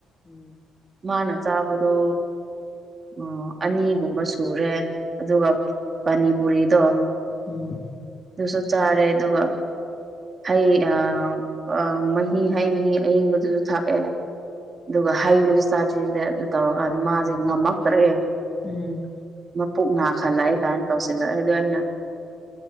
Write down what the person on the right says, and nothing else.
ꯃꯥꯅ ꯆꯥꯕꯗꯣ꯫ ꯑꯣ ꯑꯅꯤꯒꯨꯝꯕ ꯁꯨꯔꯦ ꯑꯗꯨꯒ ꯄꯅꯤꯄꯨꯔꯤꯗꯣ꯫
ꯑꯗꯨꯁꯨ ꯆꯥꯔꯦ ꯑꯗꯨꯒ꯫ ꯍꯩ ꯑ ꯃꯍꯤ ꯍꯩ ꯃꯍꯤ ꯑꯌꯤꯡꯕꯗꯨꯁꯨ ꯊꯥꯛꯑꯦ꯫ ꯑꯗꯨꯒ ꯍꯩꯗꯨꯁꯨ ꯆꯥꯁꯤꯜꯂꯦ ꯑꯗꯨ ꯇꯧꯔꯀꯥꯟꯁꯤ ꯃꯥꯁꯦ ꯉꯝꯃꯛꯇ꯭ꯔꯦ꯫
ꯃꯄꯨꯛ ꯅꯥꯈꯜꯂꯛꯑꯦ ꯀꯥꯏꯅ ꯇꯧꯁꯤꯜꯂꯛꯏꯗꯣ ꯑꯩꯅ꯫